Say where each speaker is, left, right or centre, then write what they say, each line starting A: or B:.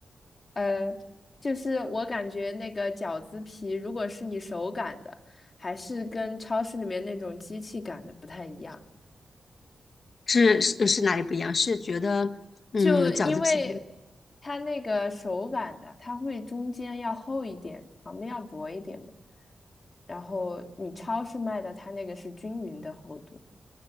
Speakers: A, on the left (about 35°); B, on the left (about 50°).
A: 呃，就是我感觉那个饺子皮，如果是你手擀的，还是跟超市里面那种机器擀的不太一样。
B: 是是是哪里不一样？是觉得嗯，
A: 就因为它那个手擀的，
B: 饺子皮
A: 它会中间要厚一点，旁边要薄一点嘛。然后你超市卖的，它那个是均匀的厚度。